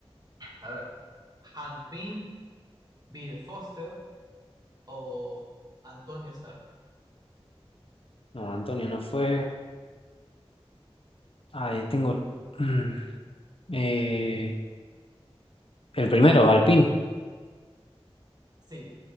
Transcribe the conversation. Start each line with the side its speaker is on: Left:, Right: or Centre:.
Right: a ver, Hank Pym, Bill Foster o Antonio Stark.
Left: no, Antonio no fue. ahí tengo mm, eh, el primero, Alpin.
Right: Sí,